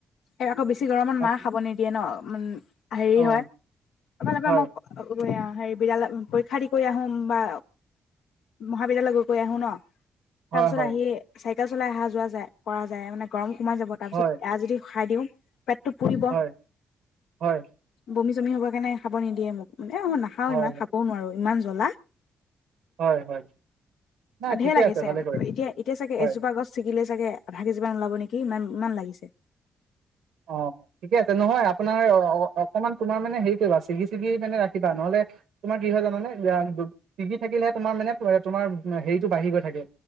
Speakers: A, on the left; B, on the right.
A: এ আকৌ বেছি গৰমত
B: বাকী
A: মায়ে খাব নিদিয়ে ন। <unintelligible> হেৰি
B: অ',
A: হয়, <unintelligible>
B: হয়,
A: হেৰি বিদ্যালয় পৰীক্ষা দি কৰি আহো বা মহাবিদ্যালয় গৈ কৰি আহো ন। তাৰপিছত
B: হয়, হয়।
A: আহি চাই চাইকেল চলাই অহা যোৱা যায়। কৰা যায় মানে, গৰম সোমাই যাব তাৰপিছত
B: হয়,
A: এয়া যদি খাই দিওঁ। পেটটো পুৰিব।
B: হয়, হয়, হয়,
A: বমি চমি হ'বৰ কাৰণে খাব নিদিয়ে মোক। মানে মই নাখাও
B: হয়,
A: ইমান খাবও নোৱাৰো। ইমান জ্বলা।
B: হয়, হয় নাই
A: অ'ঢেৰ
B: ঠিকে
A: লাগিছে
B: আছে ভালে কৰে
A: এতিয়া, এতিয়া চাগে
B: হয়।
A: এজোপা গছ ছিগিলে। চাগে ভাগি যিমান ওলাব নেকি ইমান ইমান লাগিছে।
B: অ', িকে আছে নহয় আপোনাৰ অ' অকমান তোমাৰ মানে হেৰি কৰিবা ছিগি ছিগি মানে ৰাখিবা নহ'লে তোমাৰ কি হয় জানানে ছিগি থাকিলেহে তোমাৰ মানে তোমাৰ হেৰিটো বাঢ়ি গৈ থাকে।